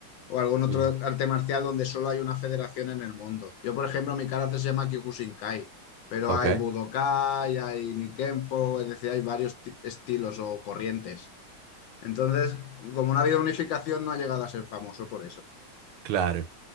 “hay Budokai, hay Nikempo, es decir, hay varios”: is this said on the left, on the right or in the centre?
Left